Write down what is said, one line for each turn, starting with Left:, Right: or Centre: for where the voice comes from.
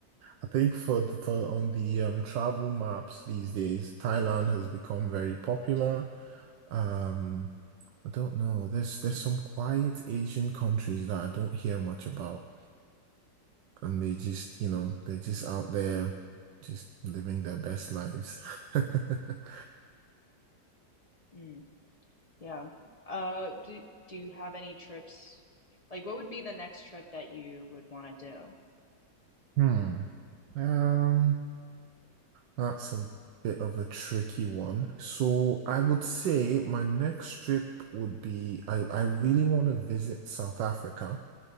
Right: I think for for on the um, travel maps these days, Thailand has become very popular. Um, I don't know. There's there's some quiet Asian countries that I don't hear much about, and they just, you know, they're just out there, just living their best lives. <laughs>
Left: Mm. Yeah. Uh, do do you have any trips? Like, what would be the next trip that you would want to do?
Right: Hmm. Um, that's a bit of a tricky one. So I would say my next trip would be I, I really want to visit South Africa.